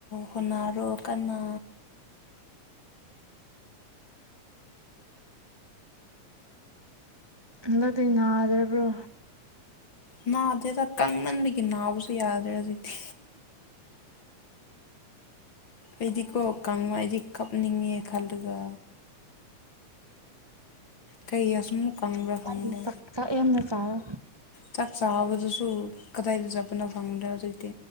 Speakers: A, on the left (about 40°); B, on the right (about 15°).
A: ꯍꯣꯅꯔꯣ ꯀꯟꯅ
B: ꯍꯟꯗꯛꯇꯤ ꯅꯥꯗ꯭ꯔꯕ꯭ꯔꯣ
A: ꯅꯥꯗꯦꯗ ꯀꯪꯃꯟꯕꯒꯤ ꯅꯥꯕꯁꯨ ꯌꯥꯗ꯭ꯔꯦ ꯍꯧꯖꯤꯛꯇꯤ ꯑꯩꯗꯤꯀꯣ ꯀꯥꯡꯕ ꯑꯩꯗꯤ ꯀꯞꯅꯤꯡꯉꯦ ꯈꯜꯂꯒ ꯀꯩ ꯑꯁꯨꯃꯨꯛ ꯀꯪꯕ꯭ꯔꯥ
B: <unintelligible>
A: ꯈꯪꯗꯦ
B: ꯆꯥꯛ ꯌꯥꯝꯅ ꯆꯥꯔꯣ
A: ꯆꯥꯛ ꯆꯥꯕꯗꯨꯁꯨ ꯀꯗꯥꯏꯗ ꯆꯠꯄꯅ ꯈꯪꯗꯦ ꯍꯧꯖꯤꯛꯇꯤ